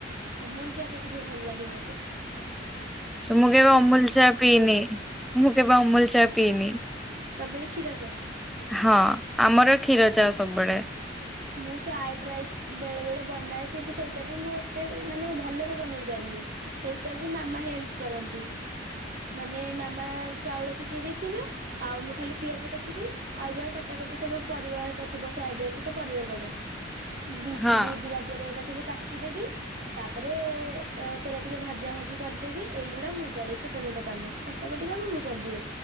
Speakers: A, on the right (about 50°); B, in the centre.
A: ଅମୁଲ ଚାହା ଟା ଟିକେ ଭଲ ଲାଗେ ମତେ।
B: ସ ମୁଁ କେବେ ଅମୁଲ ଚା ପିଇନି। ମୁଁ କେବେ ଅମୁଲ ଚା ପିଇନି।
A: ସବୁବେଳେ କ୍ଷୀର ଚା।
B: ହଁ ଆମର କ୍ଷୀର ଚା ସବୁବେଳେ।
A: ମୁଁ ଫ୍ରାଏଡ଼ ରାଇସ୍ ବେଳେବେଳେ ବନାଏ କିନ୍ତୁ ସେଇଟା ବି ମୁଁ ଏତେ ମାନେ ଭଲରେ ବନେଇ ଯାଣିନି। ସେଇଟା ବି ମାମା ହେଲ୍ପ କରନ୍ତି ମାନେ ମାମା ଚାଉଳ ସିଝି ଦେଇଥିବେ। ଆଉ ମୁଁ ଖାଲି ପିଆଜ କାଟିବି ଆଉ ଯାହା କଟାକଟି ସବୁ ପରିବା ଏକା ଥିବ ଫ୍ରାଏଡ ରାଇସ୍ ତେ ପରିବା ପଡ଼େ ବି-ବିଟି
B: ହଁ
A: ଗାଜର ଏଇଟା ସବୁ କାଟିଦେବି। ତାପରେ ଅ ସେଇଟା ଟିକେ ଭାଜା ଭାଜି କରିଦେବି ଏଇଗୁଡା ମୁଁ କରେ ଛୋଟ ମୋଟ କାମ। କଟାକଟି କାମ ମୁଁ କରିଦିଏ।